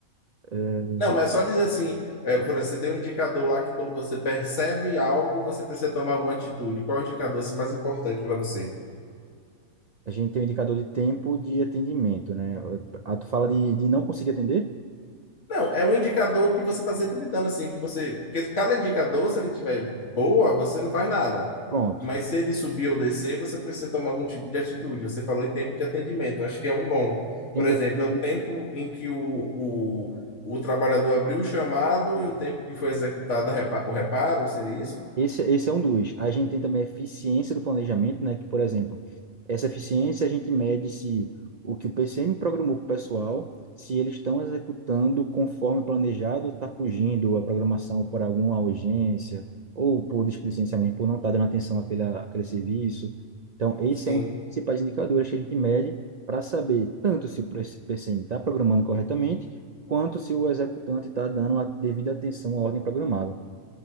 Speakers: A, on the right; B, on the left.
A: É,
B: Não, mas só dizer assim, é, por exemplo, você tem um indicador lá que quando você percebe algo, você precisa tomar alguma atitude. Qual é o indicador assim, mais importante para você?
A: A gente tem o indicador de tempo de atendimento, né? Ah, tu fala de, de não conseguir atender?
B: Não, é um indicador que você está sempre lidando assim, que você, porque cada indicador, se ele tiver boa, você não faz nada.
A: Pronto.
B: Mas se ele subir ou descer, você precisa tomar algum tipo de atitude. Você falou em tempo de atendimento, eu acho que é um bom.
A: Tempo
B: Por exemplo,
A: de atendimento.
B: é o tempo em que o, o, o trabalhador abriu o chamado e o tempo que foi executado a repa- o reparo, seria isso?
A: Esse, esse é um dos. A gente tem também a eficiência do planejamento, né? Que, por exemplo, essa eficiência a gente mede se o que o PCM programou para o pessoal, se eles estão executando conforme planejado, está fugindo a programação por alguma urgência, ou por displicência mesmo, por não estar dando atenção àquele, àquele serviço. Então, esse
B: Sim.
A: é um dos principais indicadores que a gente mede para saber tanto se o PCM está programando corretamente, quanto se o executante está dando a devida atenção à ordem programada